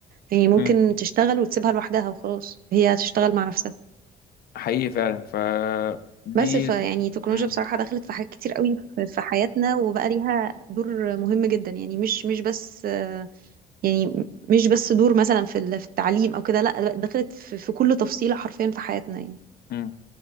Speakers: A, on the right (about 60°); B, on the left (about 65°).
A: يعني ممكن
B: مم،
A: تشتغل وتسيبها لوحدها وخلاص هي هتشتغل مع نفسها
B: حقيقي فعلا ف دي
A: بس فيعني التكنولوجيا
B: مم.
A: بصراحة دخلت في حاجات كتير قوي في في حياتنا وبقى ليها دور مهم جدا يعني مش مش بس آه، يعني مش بس دور مثلا في ال- في التعليم او كده لا دخلت في في كل تفصيلة حرفيا في حياتنا
B: مم.